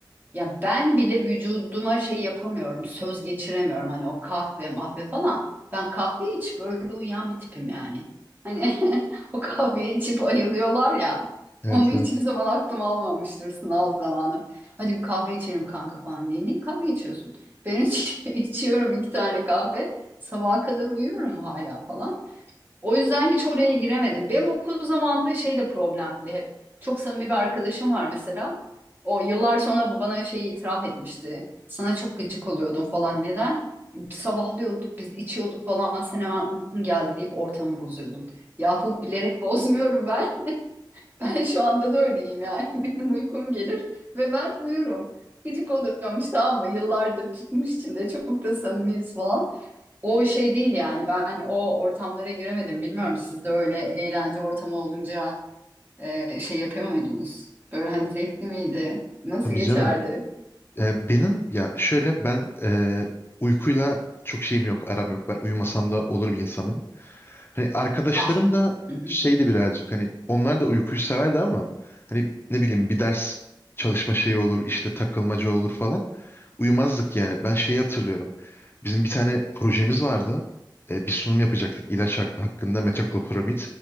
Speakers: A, on the right; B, on the left.
A: ya ben bile vücuduma şey yapamıyorum, söz geçiremiyorum hani o kahve mahve falan. Ben kahve içip öyle uyuyan bir tipim yani. Hani <laughs> o kahveyi içip ayılıyorlar ya.
B: Evet
A: Onu hiçbir
B: evet.
A: zaman aklım almamıştır sınav zamanı. Hadi bir kahve içelim kanka falan diye. Niye kahve içiyorsun? Ben iç- <laughs> içiyorum iki tane kahve. Sabaha kadar uyuyorum hala falan. O yüzden hiç oraya giremedim. Benim okul zamanında şey de problemdi hep. Çok samimi bir arkadaşım var mesela. O yıllar sonra bana şeyi itiraf etmişti. Sana çok gıcık oluyordum falan. Neden? Sabahlıyorduk biz içiyorduk falan. Sen hemen uykum geldi deyip ortamı bozuyordun. Yahu bilerek bozmuyorum ben. <laughs> Ben şu anda da öyleyim yani. <laughs> Benim uykum gelir ve ben uyurum. Gıcık oluyormuş tamam mı? Yıllardır tutmuş içinde çok da samimiyiz falan. O şey değil yani ben o ortamlara giremedim. Bilmiyorum siz de öyle eğlence ortamı olunca e, şey yapıyor muydunuz? Böyle hani zevkli miydi? Nasıl
B: Tabii
A: geçerdi?
B: canım. E, benim ya şöyle ben e, uykuyla çok şeyim yok aram yok. Ben uyumasam da olur bir insanım. Hani arkadaşlarım
A: Ah.
B: da
A: Hı hı,
B: şeydi birazcık hani onlar da uykuyu severdi ama hani ne bileyim bir ders çalışma şeyi olur işte takılmaca olur falan. Uyumazdık yani. Ben şeyi hatırlıyorum. Bizim bir tane projemiz vardı. Ee, bir sunum yapacaktık ilaç hak- hakkında metoclopramid